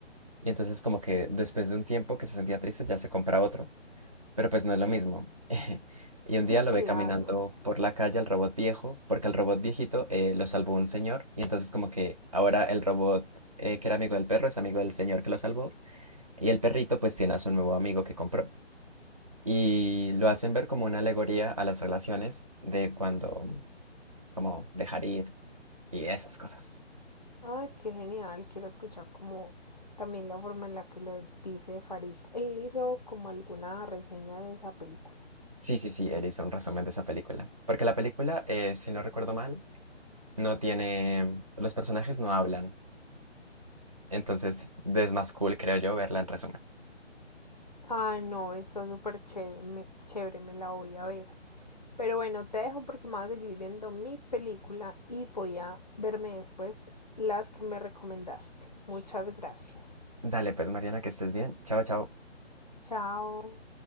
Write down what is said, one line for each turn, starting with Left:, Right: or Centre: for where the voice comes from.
Right: Y entonces como que después de un tiempo que se sentía triste, ya se compra otro. Pero pues no es lo mismo. <laughs> Y un día
Left: Sí,
Right: lo
Left: claro.
Right: ve caminando por la calle al robot viejo, porque al robot viejito eh, lo salvó un señor. Y entonces como que ahora el robot eh, que era amigo del perro es amigo del señor que lo salvó. Y el perrito pues tiene a su nuevo amigo que compró. y lo hacen ver como una alegoría a las relaciones de cuando, como dejar ir y esas cosas.
Left: Ay, qué genial. Quiero escuchar como también la forma en la que lo dice Farid. Él hizo como alguna reseña de esa película.
Right: Sí, sí, sí, él hizo un resumen de esa película. Porque la película, eh, si no recuerdo mal, no tiene, los personajes no hablan. Entonces es más cool, creo yo, verla en resumen.
Left: Ah, no, está súper chévere, me, chévere, me la voy a ver. Pero bueno, te dejo porque me voy a seguir viendo mi película y voy a verme después las que me recomendaste. Muchas gracias.
Right: Dale, pues Mariana, que estés bien. Chao, chao.
Left: Chao.